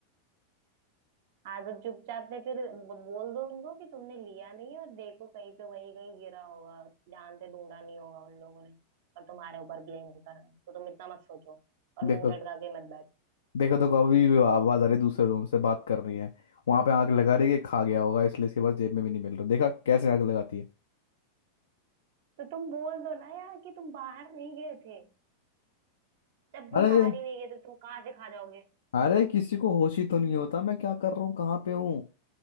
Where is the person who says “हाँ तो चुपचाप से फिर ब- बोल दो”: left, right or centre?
Right